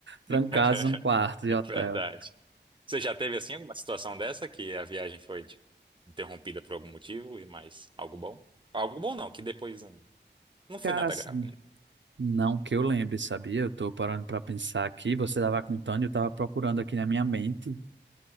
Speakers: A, on the right; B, on the right.
A: trancados
B: <laughs>
A: num quarto de hotel.
B: Verdade. Você já teve assim alguma situação dessa que a viagem foi tipo, interrompida por algum motivo e mais algo bom? Algo bom não, que depois não, não foi
A: Cara,
B: nada
A: assim,
B: grave, né?
A: não que eu lembre, sabia? Eu tô parando para pensar aqui, você estava contando e eu estava procurando aqui na minha mente.